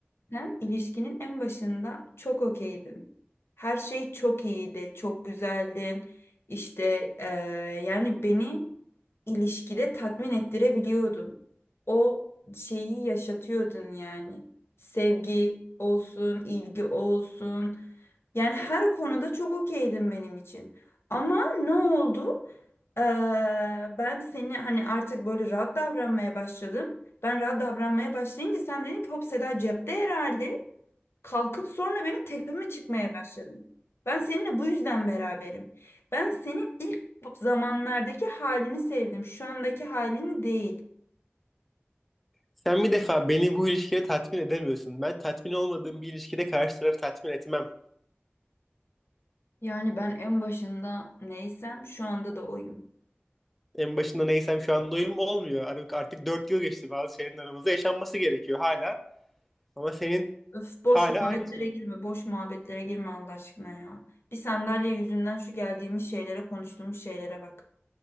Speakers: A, on the left; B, in the centre.
A: Zaten ilişkinin en başında çok okeydim. Her şey çok iyiydi, çok güzeldin. İşte eee, yani beni ilişkide tatmin ettirebiliyordun. O şeyi yaşatıyordun yani. Sevgi olsun, ilgi olsun. Yani her konuda çok okeydin benim için. Ama ne oldu? Eee, ben seni hani artık böyle rahat davranmaya başladım. Ben rahat davranmaya başlayınca sen dedin ki hop Seda cepte herhalde. Kalkıp sonra benim tepeme çıkmaya başladın. Ben seninle bu yüzden beraberim. Ben senin ilk zamanlardaki halini sevdim. Şu andaki halini değil.
B: Sen bir defa beni bu ilişkide tatmin edemiyorsun. Ben tatmin olmadığım bir ilişkide karşı tarafı tatmin etmem.
A: Yani ben en başında neysem şu anda da oyum.
B: En başında neysem şu an doyum olmuyor. Artık, artık 4 yıl geçti bazı şeylerin aramızda yaşanması gerekiyor hala. Ama senin
A: Öf boş
B: hala
A: muhabbetlere
B: aynı şey.
A: girme, boş muhabbetlere girme Allah aşkına ya. Bir sandalye yüzünden şu geldiğimiz şeylere, konuştuğumuz şeylere bak.